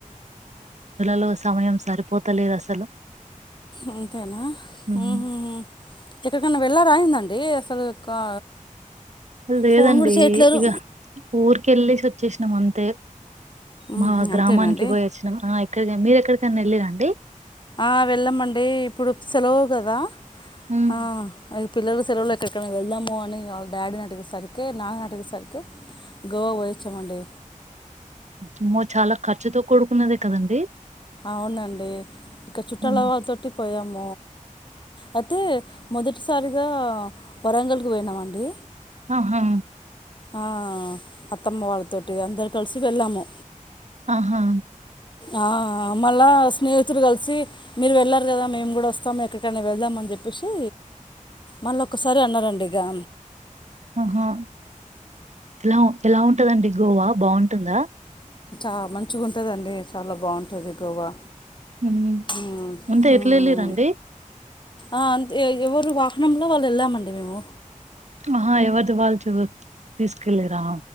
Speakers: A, on the right (about 55°); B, on the left (about 35°).
A: లలో సమయం సరిపోతలేదు అసలు
B: అంతేనా
A: మ్మ్
B: హుహుహు ఎక్కడి కన్న వెళ్ళరా ఎందండి అసలు కా
A: అది లేదండి
B: ఫోన్ కూడా చేయట్లేరు
A: ఇక ఊరికి వెళ్ళసి వచ్చేసినాం అంతే
B: ఉహు,
A: మా గ్రామానికి
B: అంతేనండి
A: పోయి వచ్చినాం ఆ ఎక్కడికే మీరెక్కడికైనా వెళ్ళరా అండి
B: ఆ వెళ్ళమండి ఇప్పుడు సెలవు కదా
A: మ్మ్
B: ఆ పిల్లలు సెలవుల్లో ఎక్కడికైనా వెళ్దాము అని వాళ్ళ డాడీ నడిగే సరికే నాన్న నాడిగే సరికే గోవా పోయ్యేంచా మండి
A: అమ్మో చాలా ఖర్చుతో కూడుకున్నదే కదండి
B: అవునండి ఇక చుట్టల
A: మ్మ్
B: వాళ్ళతోటి పోయాము అయితే మొదటిసారిగా వరంగల్ కి పోయినాం అండి
A: ఆహా
B: ఆ అత్తమ్మ వాళ్ళతోటి అందరు కలిసి వెళ్ళాము
A: ఆహా
B: ఆ మళ్లా స్నేహితులు కలిసి మీరు వెళ్ళారు కదా మేము కూడా వస్తాము ఎక్కడికైనా వెళ్దాం అని చెప్పేసి మళ్ల ఒక్కసారి అన్నారు అండి ఇగా
A: ఆహా ఎలా ఎలా ఉంటదండి గోవా బావుంటుందా
B: ఆ మంచిగా ఉంటదండి చాలా బావుంటది గోవా
A: ఉమ్
B: మ్మ్,
A: అంటే
B: మ్మ్.
A: ఎట్లా వెళ్ళిరు అండి
B: ఆ అంతే ఎవరు వాహనంలో వాళ్లు ఎళ్ళామండి మేము
A: ఆహా ఎవరిది వాల్ది తీసుకెల్లరా